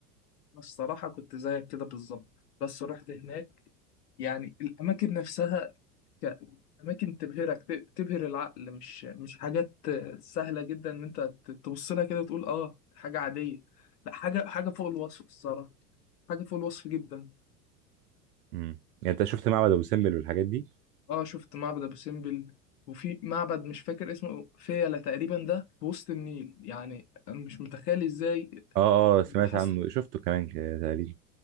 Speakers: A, on the left; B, on the right.
A: الصراحة كنت زيك كده بالظبط بس رحت هناك يعني الأماكن نفسها كأماكن تبهرك ت- تبهر العقل مش مش حاجات سهلة جدا إن أنت ت- تبص لها كده وتقول آه حاجة عادية لا حاجة حاجة فوق الوصف الصراحة حاجة فوق الوصف جدا
B: امم يعني انت شفت معبد ابو سمبل والحاجات دي
A: آه شفت معبد أبو سمبل وفي معبد مش فاكر اسمه فيلة تقريبا ده في وسط النيل يعني أنا مش متخيل إزاي
B: اه اه سمعت
A: هو حصل
B: عنه شفته كمان كده تقريبا